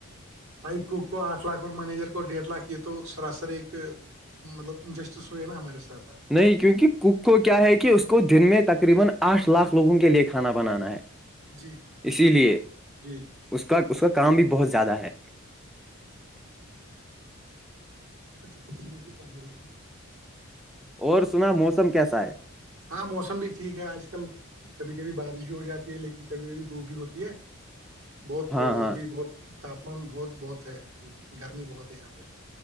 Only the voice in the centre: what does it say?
نہیں کیونکہ پک کو کیا ہے کہ اس کو دن میں تقریبا آٹھ لاکھ لوگوں کے لیئے کھانا بنانا ہے
اسی لیے
اس کا اس کا کام بھی بہت زیادہ ہے
اور سنا موسم کیسا ہے
ہاں ہاں